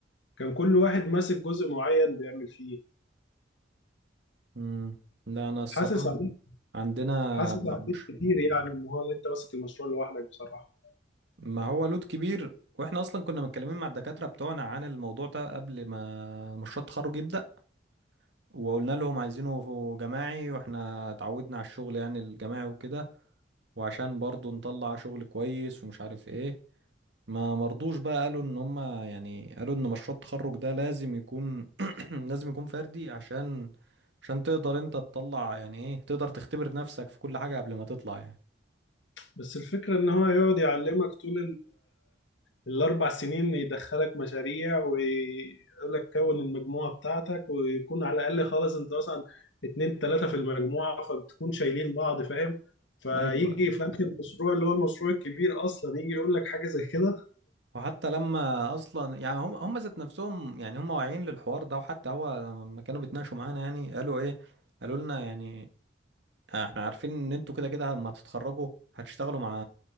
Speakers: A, on the left; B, on the right.
A: كان كل واحد ماسك جزء معين بيعمل فيه
B: مم. لا انا الصراحة
A: حاسس عليك
B: عندنا
A: حاسس عليك
B: مش
A: كتير يعني ان هو انت ماسك المشروع لوحدك بصراحة
B: ما هو لود كبير واحنا اصلا كنا متكلمين مع الدكاتره بتوعنا عن الموضوع ده قبل ما مشروع التخرج يبدا وقلنا لهم عايزينه جماعي واحنا اتعودنا على الشغل يعني الجماعي وكده وعشان برضو نطلع شغل كويس ومش عارف ايه ما مرضوش بقى قالوا ان هم يعني قالوا ان مشروع التخرج ده لازم يكون <clears throat> لازم يكون فردي عشان عشان تقدر انت تطلع يعني ايه تقدر تختبر نفسك في كل حاجه قبل ما تطلع يعني
A: بس الفكرة ان هو يقعد يعلمك طول الاربع سنين يدخلك مشاريع ويقول لك كون المجموعه بتاعتك ويكون على الاقل خالص انت مثلا اتنين تلاته في المجموعه فبتكون شايلين بعض فاهم فيجي
B: ايوه
A: في اخر المشروع اللي هو المشروع الكبير اصلا يجي يقول لك حاجه زي كده
B: وحتى لما اصلا يعني هم هم ذات نفسهم يعني هم واعيين للحوار ده وحتى هو لما كانوا بيتناقشوا معانا يعني قالوا ايه قالوا لنا يعني احنا عارفين ان انتوا كده كده لما تتخرجوا هتشتغلوا مع